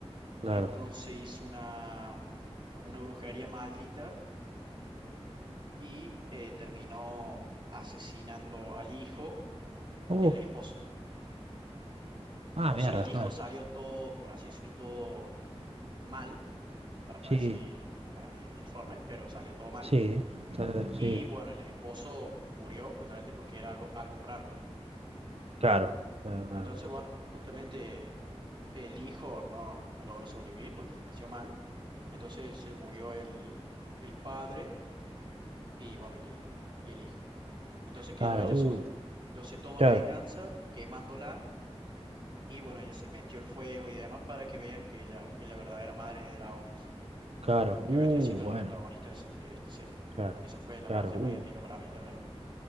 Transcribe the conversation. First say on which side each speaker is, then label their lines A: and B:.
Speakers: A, on the right; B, on the right.
A: claro.
B: Entonces hizo una, como una brujería maldita y eh, terminó asesinando al hijo
A: Uh,
B: y al esposo.
A: ah,
B: O
A: mierda,
B: sea, el hijo
A: bueno.
B: salió todo, por así decirlo, todo mal, para no
A: Sí,
B: decir la de- deforme, pero salió todo mal.
A: sí, está-
B: Y
A: sí,
B: bueno, el esposo murió justamente porque era algo alma por alma.
A: claro. Claro, claro,
B: Entonces,
A: claro.
B: bueno, justamente el hijo no, no logró sobrevivir porque nació mal. Entonces se murió el, el padre y bueno, y el, y el hijo. Entonces quedó
A: Claro,
B: ella
A: uh,
B: sola. Entonces toma
A: claro,
B: venganza quemándola y bueno, ella se metió el fuego y demás para que vean que ella es la verdadera madre de dragones.
A: claro, uh,
B: que vendría siendo
A: bueno,
B: la protagonista de, es- de esta serie.
A: claro,
B: Esa fue la
A: claro,
B: parte más
A: uh.
B: épica para mí, la verdad.